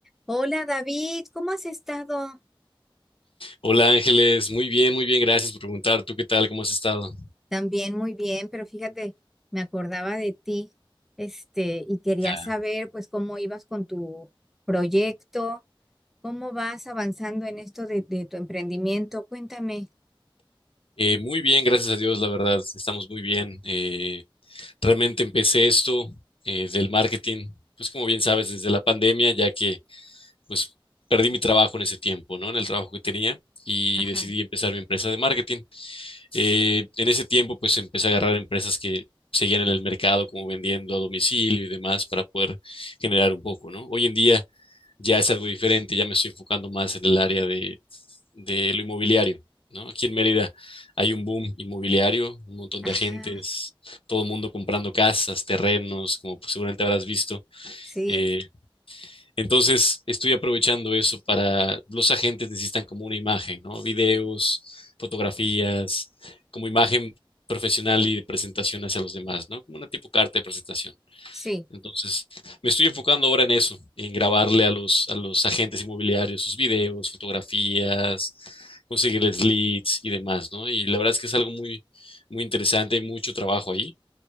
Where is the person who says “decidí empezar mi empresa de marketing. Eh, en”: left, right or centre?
Left